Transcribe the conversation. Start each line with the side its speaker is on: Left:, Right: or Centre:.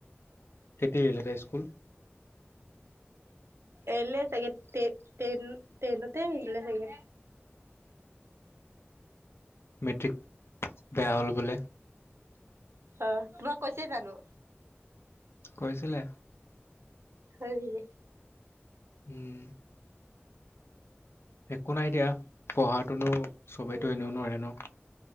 Left: কেতিয়া এৰিলে তাই স্কুল
Right: এিল চাগে তেইন তেইনতে আহিললে চাগে।
Left: মেট্ৰিক বেয়া হ'ল বোলে!
Right: অ' তোমাক কৈছে জানো?
Left: কৈছিলে।
Right: হয়‌ নেকি।
Left: উম। একো নাই দিয়া পঢ়াটোনো চবেইতো
Right: উম
Left: এনেও নোৱাৰে ন